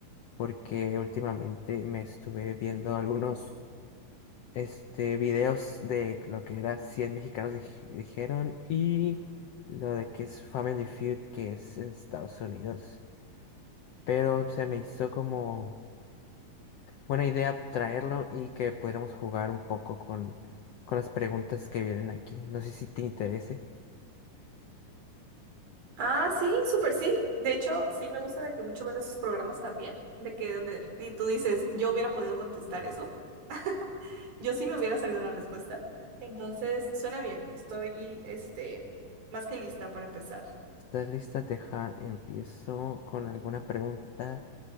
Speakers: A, on the left; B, on the right.
A: porque últimamente me estuve viendo algunos, este, videos de lo que era Cien mexicanos dij- dijeron y lo de que es Family Feud, que es en Estados Unidos, pero se me hizo como Buena idea traerlo y que pudiéramos jugar un poco con, con las preguntas que vienen aquí. No sé si te interese.
B: Ah, sí, súper sí. De hecho, sí me gusta de que mucho ver esos programas también, de que donde y tú dices, yo hubiera podido contestar eso. <laughs> Yo sí me hubiera sabido la respuesta. Entonces, suena bien. Estoy, este, más que lista para empezar.
A: ¿Estás lista? Deja, empiezo con alguna pregunta